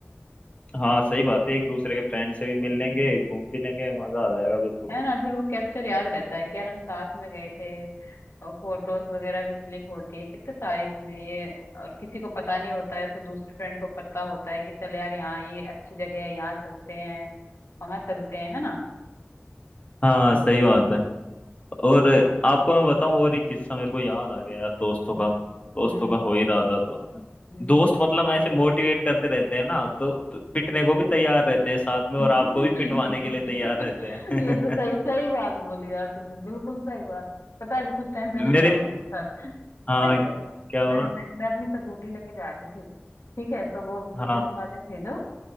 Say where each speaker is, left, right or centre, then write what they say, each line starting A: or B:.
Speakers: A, on the left; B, on the left.
A: हाँ सही बात है एक दूसरे के फ्रेंड से भी मिल लेंगे घूम भी लेंगे मजा आ जाएगा बिल्कुल
B: है ना फिर वो कैप्चर याद रहता है कि यार हम साथ में गए थे और फोटोज वगैरह भी क्लिक होती है कितने सारी चीजें ये और किसी को पता नहीं होता है तो दूसरी फ्रेंड को पता होता है कि चल यार यहाँ ये अच्छी जगह है यहाँ चलते हैं वहां चलते हैं है ना
A: हाँ सही बात है और आपको मैं बताऊं और एक किस्सा मेरे को याद आ गया यार दोस्तों
B: हम्म
A: का दोस्तों
B: हम्म
A: का हो ही रहा था तो
B: हम्म।
A: दोस्त मतलब ऐसे मोटिवेट करते रहते हैं ना तो, तो पिटने को भी तैयार रहते हैं साथ में
B: <laughs>
A: और आपको भी पिटवाने के लिए तैयार रहते हैं
B: ये तो सही सही बात बोली यार तुमने बिल्कुल सही बात पता है अभी कुछ टाइम पहले
A: <laughs>
B: क्या
A: मेरे
B: हुआ मेरे साथ
A: हाँ
B: पता है क्या हुआ
A: क्या हुआ
B: मैं मैं, मैं अपनी स्कूटी लेके जा रही थी ठीक है तो वो
A: हाँ
B: पुलिस वाले थे जो